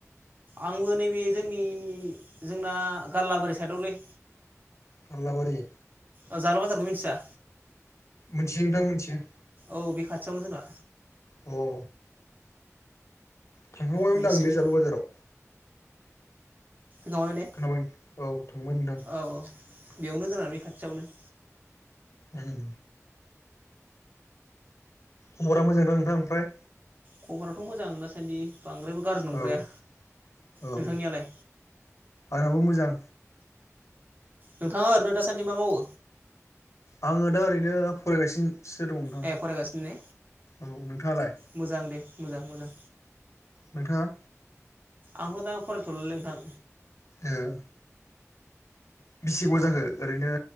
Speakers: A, on the right; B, on the left.
A: आंबो नैबे जोंनि जोंना गारलाबारि साइडआवलै।
B: गारलाबारि
A: अ जाल' बाजारखौ मिथिया?
B: मोनथियो नोंथां मोनथियो।
A: औ बे खाथियावनो जोंना।
B: अ थांखांबायमोन
A: मिन्थिनि
B: आं जालु बाजाराव।
A: फैखांबायमोन ने?
B: खोनाबाय औ थांबाय नोंथां
A: औ औ बेयावनो जोंना बे खाथियावनो।
B: ओम खबरा मोजां ना नोंथां ओमफ्राय?
A: खबराथ' मोजां दासान्दि। बांद्रायबो गाज्रि नंद्राया
B: औ- औ
A: नोंथांनियालाय
B: आंनाबो मोजां।
A: नोंथाङा ओरैनो दासान्दि मा मावो?
B: आङो दा ओरैनो फरायगासिनोसो दं नोंथां
A: ए फरायगासिनो ने
B: औ। नोंथाङालाय?
A: मोजां दे मोजां - मोजां।
B: नोंथाङा?
A: आंथ' दा फरायथ'लालै नोंथां।
B: ओ। बिसिग' जाखो ओरैनो